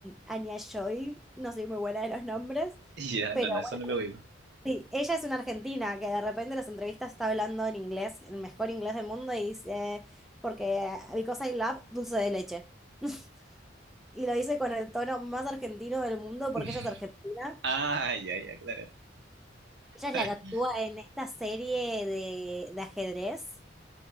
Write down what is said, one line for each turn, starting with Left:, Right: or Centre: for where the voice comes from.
Centre: Anya Joy, no soy muy buena de los nombres,
Right: Ya,
Centre: pero
Right: no, no, eso
Centre: bueno,
Right: no lo digo.
Centre: sí, ella es una argentina que de repente en las entrevistas está hablando en inglés, el mejor inglés del mundo, y dice, porque because I love dulce de leche. <laughs> Y lo dice con el tono más argentino del mundo porque
Right: <laughs>
Centre: ella es argentina.
Right: Ah, ya, ya, claro.
Centre: Ella es
Right: <laughs>
Centre: la que actúa en esta serie de, de ajedrez.